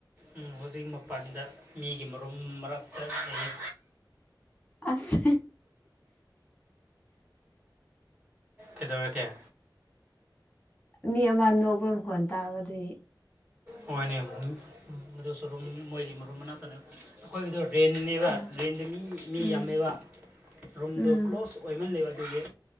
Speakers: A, on the right; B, on the left.
A: ꯑꯥ ꯍꯧꯖꯤꯛ ꯃꯄꯥꯟꯗ ꯃꯤꯒꯤ ꯃꯔꯨꯝ ꯃꯔꯛꯇ ꯂꯩꯔꯤ
B: ꯑꯁ
A: ꯀꯩꯗꯧꯔꯒꯦ
B: ꯃꯤ ꯑꯃ ꯅꯣꯛꯄ ꯃꯈꯣꯟꯜ ꯇꯥꯕ ꯑꯗꯨꯗꯤ
A: ꯍꯣꯏꯅꯦ ꯃꯁꯨꯨꯝ ꯃꯣꯏꯒꯤ ꯃꯔꯨꯝ ꯃꯅꯥꯛꯇꯅꯦ ꯑꯩꯈꯣꯏꯒꯤꯗꯣ ꯔꯦꯟꯅꯦꯕ
B: ꯎꯝ
A: ꯔꯦꯟꯗ ꯃꯤ ꯃꯤ
B: ꯎꯝ
A: ꯌꯥꯝꯃꯦꯕ ꯔꯨꯝꯗꯣ
B: ꯎꯝ
A: ꯀ꯭ꯂꯣꯁ ꯑꯣꯏꯃꯜ ꯂꯦꯕ ꯑꯗꯨꯗꯒꯤ